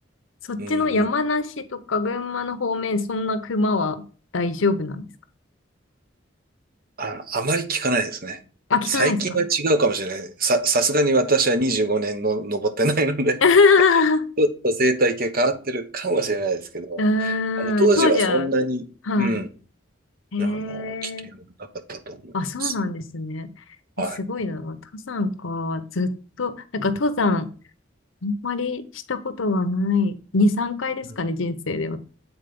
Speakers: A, on the left (about 85°); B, on the right (about 50°).
A: そっちの山梨とか群馬の方面、
B: ん、うん。
A: そんな熊は大丈夫なんですか
B: あ、あまり聞かないですね。
A: あ、聞かないですか
B: 最近は違うかもしれない。さ、さすがに私は25年の登ってないので、
A: <laughs> う
B: <laughs> ちょっと生態系変わってるかもしれないですけど、
A: ーん、
B: あの、当時はそんなに、
A: 当時は、は
B: うん、
A: い。へえ。
B: あの、危険はなかったと思います。
A: あ、そうなんですね。
B: はい。
A: え、すごいな。登山か。ずっと、なんか登山、あんまりしたことがない。2、3回ですかね、
B: うん
A: 人生では。